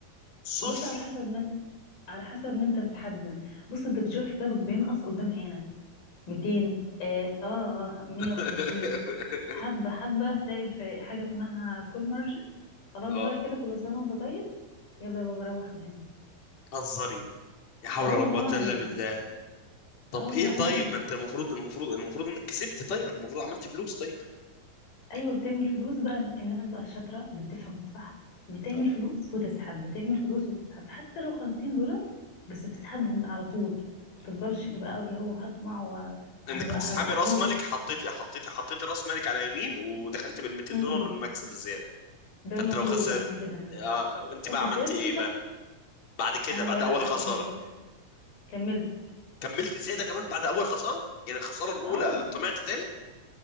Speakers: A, on the left; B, on the left.
A: صفر
B: بص على حسب من على حسب ما انت بتحدد بص انت بتشوف حسابك بينقص قدام عينك 200 اه اه آه، 150
A: <laughs>
B: حبة حبة تلاقي في حاجة اسمها كول مارجن خلاص
A: اه
B: بقى كده كل سنة وانت طيب يلا يا بابا روح من هنا
A: هزري لا حول
B: اه
A: ولا
B: والله
A: قوه الا بالله طب
B: اه والله
A: ايه طيب
B: لا الله.
A: ما انت المفروض المفروض المفروض انك كسبت طيب المفروض عملت فلوس طيب
B: ايوه بتعمل فلوس بقى الناس بقى الشاطرة اللي بتفهم صح بتعمل
A: اه
B: فلوس وتسحب بتعمل فلوس وتسحب حتى لو خمسين دولار بس تسحبهم على طول ما تفضلش بقى اللي هو هطمع وانا
A: انك
B: بقى
A: بتسحبي
B: هبقى حوت
A: راس مالك حطيتي حطيتي حطيتي راس مالك على يمين ودخلت بال 200
B: امم
A: دولار المكسب الزياده
B: ده
A: فانت
B: المفروض
A: لو خسرت
B: اعمل كده انا
A: اه انت
B: لو
A: بقى
B: خسرت
A: عملت ايه
B: مش
A: بقى
B: هخسر
A: بعد كده
B: انا
A: بعد
B: بقى لا
A: اول
B: كملت
A: خساره
B: كملت
A: كملت زياده كمان بعد اول خساره يعني الخساره الاولى
B: اه
A: طمعت تاني